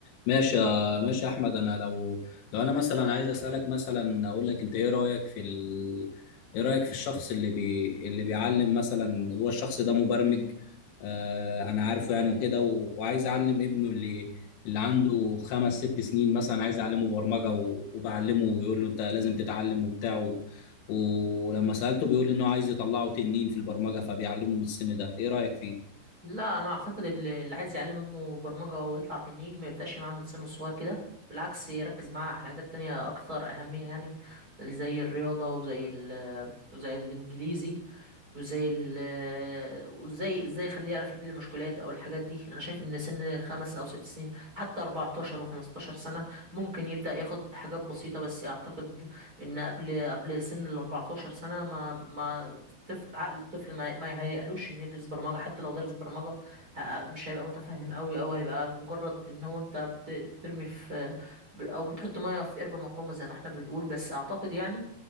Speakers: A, on the left; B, on the right.
A: ماشي يا- ماشي يا احمد انا لو لو انا مثلا عايز اسالك مثلا اقول لك انت ايه رايك في ال... ايه رايك في الشخص اللي بي... اللي بيعلم مثلا هو الشخص ده مبرمج آه انا عارفه يعني وكده و... وعايز اعلم ابنه اللي اللي عنده خمس ست سنين مثلا عايز اعلمه برمجه و... وبعلمه ويقول له انت لازم تتعلم وبتاع و... ولما سالته بيقول انه عايز يطلعه تنين في البرمجه فبيعلمه من السن ده ايه رايك فيه
B: لا انا اعتقد اللي اللي عايز يعلم ابنه برمجة ويطلع تنين ما يبدأش معاه من سنه الصغير كده بالعكس يركز معاه على حاجات تانية اكثر اهمية يعني زي الرياضة وزي ال وزي الانجليزي وزي ال وزي ازاي يخليه يعرف يحل مشكلات او الحاجات دي انا شايف ان سن خمس او ست سنين حتى 14 و15 سنة ممكن يبدأ ياخد حاجات بسيطة بس اعتقد ان قبل قبل سن ال 14 سنة ما ما الطفل عقل الطفل ما ما يهيألوش انه يدرس برمجة حتى لو درس برمجة ه- مش هيبقى متفهم قوي او هيبقى مجرد ان هو انت بت- بترمي في ب- او بتحط مية في قربة مخرومة زي ما احنا بنقول بس اعتقد يعني